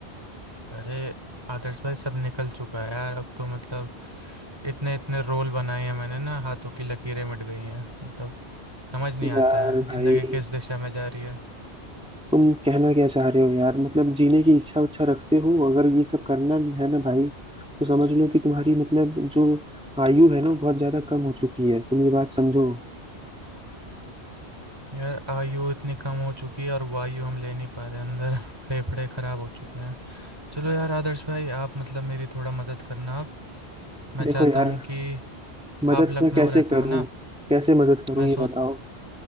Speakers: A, on the right; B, in the centre.
A: अरे आदर्श भाई सब निकल चुका है यार अब तो मतलब इतने इतने रोल बनाए हैं मैंने ना हाथों की लकीरें मिट गई हैं मतलब समझ नहीं आता
B: यार
A: है ज़िंदगी
B: भाई
A: किस दिशा में जा रही है
B: तुम कहना क्या चाह रहे हो यार मतलब जीने की इच्छा उच्छा रखते हो अगर ये सब करना है ना भाई तो समझ लो कि तुम्हारी मतलब जो आयु है ना वो बहुत ज्यादा कम हो चुकी है तुम ये बात समझो
A: यार आयु इतनी कम हो चुकी है और वायु हम ले नहीं पा रहे अंदर फेफड़े खराब हो चुके हैं चलो यार आदर्श भाई आप मतलब मेरी थोड़ा मदद करना आप मैं
B: देखो
A: चाहता
B: यार
A: हूँ कि
B: मदद
A: आप लखनऊ
B: मैं कैसे
A: रहते
B: करूं
A: हो ना
B: कैसे मदद करूं
A: मैं
B: ये
A: सोच
B: बताओ